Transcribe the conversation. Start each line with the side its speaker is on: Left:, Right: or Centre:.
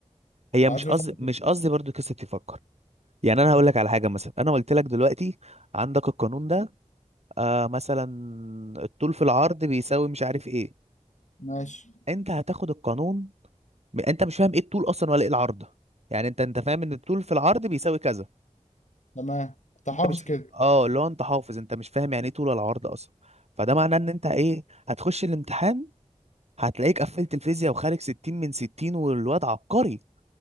Right: هي
Left: انت عايزه
Right: مش قصدي
Left: يفكر
Right: مش قصدي برضو قصة تفكر يعني انا هقول لك على حاجة مثلا انا قلت لك دلوقتي عندك القانون ده آه مثلا الطول في العرض بيساوي مش عارف ايه
Left: ماشي
Right: انت هتاخد القانون م- انت مش فاهم ايه الطول اصلا ولا ايه العرض يعني انت انت فاهم ان الطول في العرض بيساوي كذا
Left: تمام انت حافظ
Right: انت مش
Left: كده
Right: اه اللي هو انت حافظ انت مش فاهم يعني ايه طول ولا عرض اصلا فده معناه ان انت ايه هتخش الامتحان هتلاقيك قفلت الفيزياء وخارج 60 من 60 والواد عبقري